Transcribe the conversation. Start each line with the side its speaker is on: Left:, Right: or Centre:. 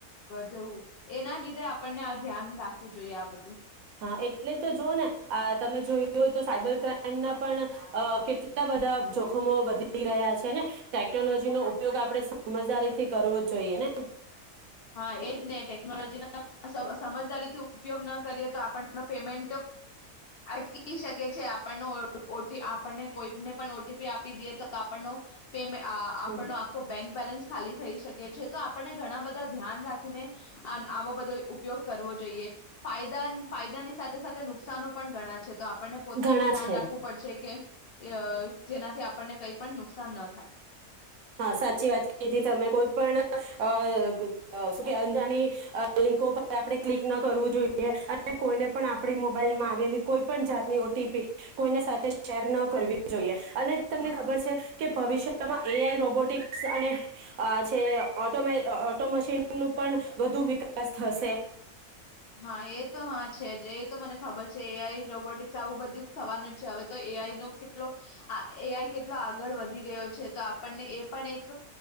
Left: જવું એના લીધે આપણને આ ધ્યાન રાખવું જોઈએ આ બધું
Right: હા એટલે તો જો ને આ તમે જોયઓ તો સાયબર ક્રાઈમના પણ કેટલા બધા જોખમો વધી રહ્યા છે ને ટેકનોલોજીનો ઉપયોગ આપણે સમજદારીથી કરવો જ જોઈએ ને
Left: હા એજ ટેકનોલોજીના સમજદારી ઉપયોગ ન કરીએ તો આપણે નો પેમેન્ટ અટકી શકે છે આપણનો ઓટી આપણને કોઈ ને પણ ઓટીપી આપી દઈએ તો આપણનો પેમે આપણનો
Right: હમ,
Left: આખો બેંક બેલેન્સ ખાલી થઈ શકે છે તો આપણને ઘણા બધા ધ્યાન રાખીને આન આવો બધો ઉપયોગ કરવો જોઈએ ફાયદા ફાયદાની સાથે સાથે નુકસાન પણ ગણા છે તો આપ આપણને પોતે
Right: ઘણા
Left: જ ધ્યાન
Right: છે.
Left: રાખવું પડશે કે એ અ જેનાથી આપણને કંઈ પણ નુકસાન ન થાય
Right: હહ સાચી વાત કીધી તમે કોઈ પણ અ શું કે અંજાની અ લિંકો પર આપણે ક્લિક ન કરવું જોઈએ અને કોઈને પણ આપડી મોબાઈલમાં આવેલી કોઈ પણ જાતની ઓટીપી કોઈના સાથે શેર ન કરવી જોઈએ અને તમને
Left: હા.
Right: ખબર છે કે ભવિષ્ય <unintelligible> એ આઈ રોબોટિક્સ અને આ છે ઓટો મે ઓટો મશીન નું પણ વધુ વિકાસ થશે
Left: હા એ જ તો હા છે જ એ તો મને ખબર છે એ આઈ રોબોટિક્સ આવું બધું થવાનું હવે તો એ આઈ નો કે કેટલો આ એ આઈ કેટલો આગળ વધી ગયો છે તો આપણને એ પણ એક